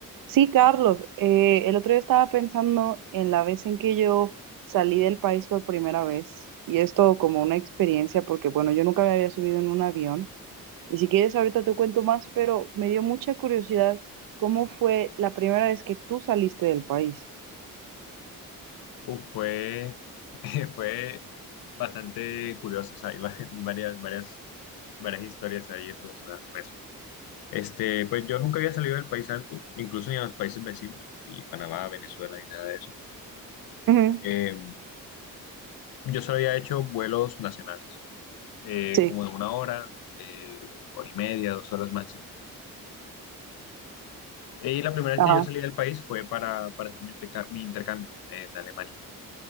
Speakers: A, on the right; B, on the left.
A: Sí, Carlos, eh, el otro día estaba pensando en la vez en que yo salí del país por primera vez y esto como una experiencia porque bueno, yo nunca me había subido en un avión y si quieres ahorita te cuento más, pero me dio mucha curiosidad cómo fue la primera vez que tú saliste del país.
B: Uf, fue, <laughs> fue bastante curioso, o sea, hay va- <laughs> varias, varias, varias historias ahí relacionadas con eso. Este, pues yo nunca había salido del país antes, incluso ni a los países vecinos, y Panamá, Venezuela, ni nada de eso.
A: Ujú,
B: Eh, yo solo había hecho vuelos nacionales, eh,
A: Sí,
B: como de una hora, eh, hora y media, dos horas máximo. Y la primera vez
A: ajá,
B: que yo salí del país fue para, para hacer mi, interca- mi intercambio en Alemania.